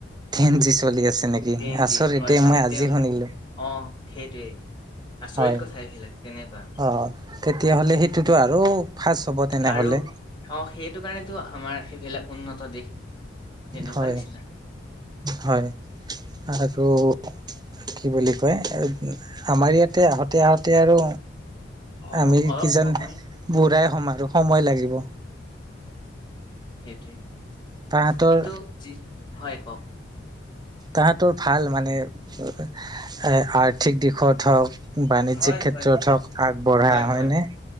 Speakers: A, on the right; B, on the left.
A: তেন জি চলি আছে নেকি?
B: টেন
A: আচৰিত
B: জি হয়
A: দে
B: মানে
A: মই আজি
B: তেওঁ
A: শুনিলো।
B: অ' সেইটোৱেই আচৰিত
A: হয়।
B: কথাই সিলাক তেনেকুৱা।
A: অ তেতিয়াহ'লে সেইটোতো আৰু ফাষ্ট হ'ব তেনেহ'লে
B: আৰু অ', সেইটো কাৰণেতো আমাৰ সেইবিলাক উন্নত দেশ। তেনেকুৱা
A: হয়
B: নিচিনা
A: হয় আৰু কি বুলি কয়? আমাৰ ইয়াতে আহঁতে আহঁতে আৰু
B: অ
A: আমি
B: অলপ
A: কিজান
B: সময়
A: বুঢ়াই হ'ম আৰু সময় লাগিব।
B: সেইটোৱেই
A: তাহাঁতৰ
B: কিন্তু যি হয় কওঁক।
A: তাহাঁতৰ ভাল মানে এ আৰ্থিক দিশত হওঁক বাণিজ্যিক
B: হয়
A: ক্ষেত্ৰত
B: হয়
A: হওঁক আগবঢ়া
B: হয়
A: হয়নে?
B: হয়